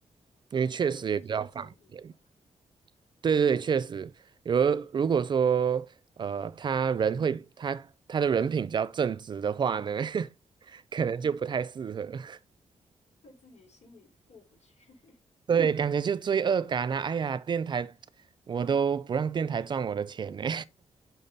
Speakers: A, on the right; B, on the left.
A: 因为确实也比较方便。
B: 不然就会有一些争议吧，
A: 对对对，确实，如如果说呃，他人会他他的人品比较正直的话呢，<laughs> 可能就不太适合。
B: 会自己心里过不去。<laughs>
A: 对，感觉就罪恶感啊！哎呀，电台我都不让电台赚我的钱呢。